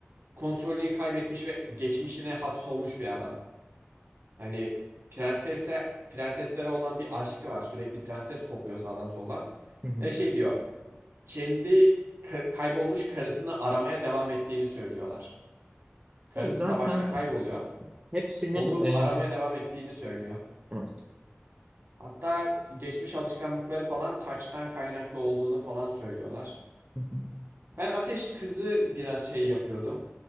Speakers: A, on the right; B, on the right.
A: kontrolünü kaybetmiş ve geçmişine hapsolmuş bir adam. Hani prensese prenseslere olan bir aşkı var. Sürekli prenses topluyor sağdan soldan.
B: Hı hı.
A: Ve şey diyor. Kendi kaybolmuş karısını aramaya devam ettiğini söylüyorlar. Karısı
B: Ya Zaten
A: savaşta kayboluyor.
B: hepsinin
A: Onu
B: e,
A: aramaya devam ettiğini söylüyor.
B: evet.
A: Hatta geçmiş alışkanlıkları falan taçtan kaynaklı olduğunu falan söylüyorlar.
B: Hı hı.
A: Ben Ateş Kızı biraz şey yapıyordum.